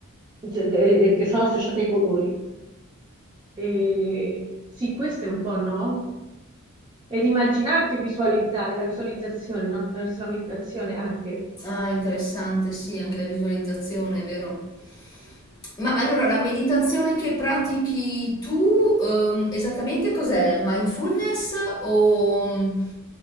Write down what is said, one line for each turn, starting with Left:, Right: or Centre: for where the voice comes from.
Right: Z- de- eh, eh, che sono associate ai colori. eh, sì, questo è un po' no? Ed immaginarti e visualizzare, la visualizzazione, no? Attraverso la meditazione anche.
Left: Ah, interessante, sì, anche la visualizzazione, è vero. Ma allora la meditazione che pratichi tu, ehm, esattamente cos'è? Mindfulness o,